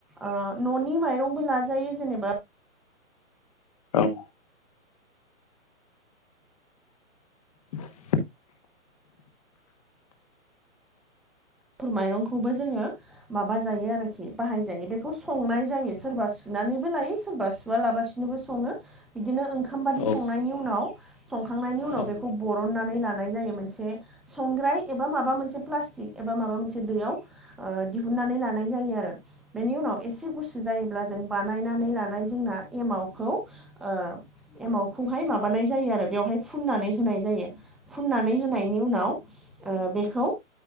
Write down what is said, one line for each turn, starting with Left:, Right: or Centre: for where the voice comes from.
Centre: ओ न'नि माइरंबो लाजायो जेनेबा
Left: औ <inaudible>
Centre: फोर माइरंखौबो जोङो माबा जायो आरोखि बाहाय जायो बेखौ संनाय जायो सोरबा सुनानैबो लायो सोरबा सु सुवालाबासिनोबो सङो बिदिनो ओंखाम बादि
Left: औ
Centre: संनायनि उनाव संखांनायनि उनाव
Left: औ
Centre: बेखौ बरननानै लानाय जायो मोनसे संग्राय एबा माबा मोनसे प्लास्टिक एबा माबा मोनसे बेयाव ओ दिहुननानै लानाय जायो आरो। बेनि उनाव एसे गुसु जायोब्ला जों बानायनानै लानाय जोंना एमावखौ ओ एमावखौहाय माबानाय जायो आरो बेवहाय फुननानै होनाय जायो। फुननानै होनायनि उनाव ओ बेखौ